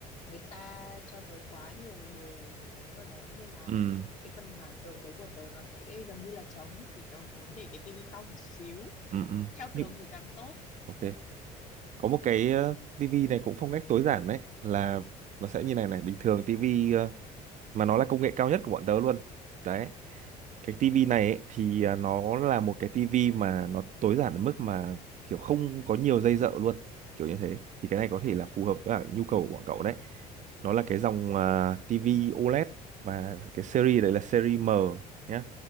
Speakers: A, on the left; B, on the right.
A: người ta cho tớ quá nhiều đồ ấy vào đấy nên là
B: ừ,
A: cái phần mảng tường đấy của tớ nó sẽ gần như là trống thì tớ muốn để cái tivi to một xíu
B: ừ, ừ.
A: treo
B: Nhưng-
A: tường thì càng tốt
B: Ok. có một cái ờ, tivi này cũng phong cách tối giản đấy là nó sẽ như này này bình thường tivi ờ, mà nó là công nghệ cao nhất của bọn tớ luôn đấy cái tivi này ấy, thì à, nó là một cái tivi mà nó tối giản đến mức mà kiểu không có nhiều dây dợ luôn kiểu như thế thì cái này có thể là phù hợp với cả nhu cầu của bọn cậu đấy nó là cái dòng à, tivi OLED và cái series đấy là series M nhé